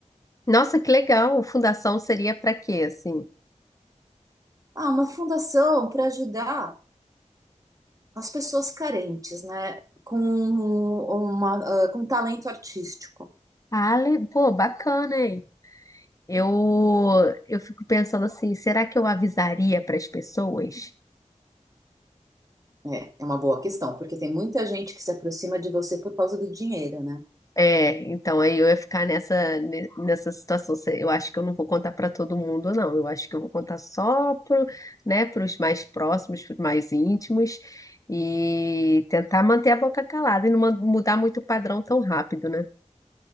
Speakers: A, on the left; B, on the right.
A: Nossa, que legal. Fundação seria para quê, assim?
B: Ah, uma fundação para ajudar as pessoas carentes, né? Com uma, ah, com talento artístico.
A: Ah, le- pô, bacana, hein? Eu, eu fico pensando assim, será que eu avisaria para as pessoas?
B: É, é uma boa questão, porque tem muita gente que se aproxima de você por causa do dinheiro, né?
A: É, então aí eu ia ficar nessa, ne- nessa situação. Se- Eu acho que eu não vou contar para todo mundo, não. Eu acho que eu vou contar só pro, né, para os mais próximos, para os mais íntimos, e tentar manter a boca calada e não man- mudar muito o padrão tão rápido, né?